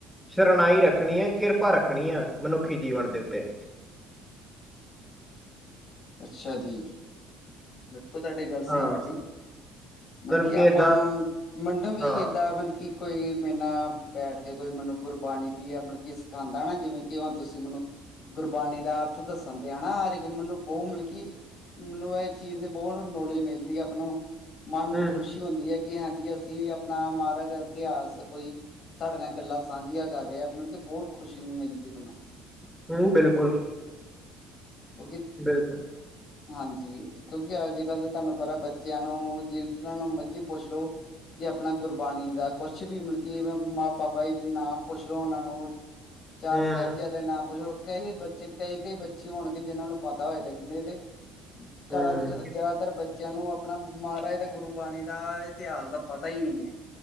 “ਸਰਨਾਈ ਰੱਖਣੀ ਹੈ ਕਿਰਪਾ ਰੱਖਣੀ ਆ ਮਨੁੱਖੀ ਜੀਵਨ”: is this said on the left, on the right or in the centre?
Centre